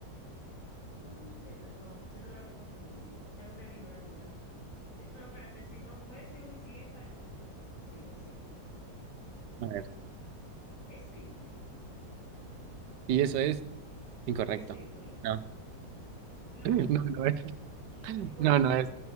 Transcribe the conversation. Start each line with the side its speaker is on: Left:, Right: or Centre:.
Left: No, no, es que, la- no, siento que la estoy confundiendo. Realmente dímela, dímela. Sí, pero espérate, si no, voy a decir una y sigue esa y tú me dices, si no, sí o no.
Right: A ver.
Left: Es Sydney,
Right: Y eso es incorrecto.
Left: es Sydney.
Right: No,
Left: No,
Right: <laughs>
Left: <laughs>
Right: no, no es.
Left: ¿y cuál
Right: No,
Left: es?
Right: no es.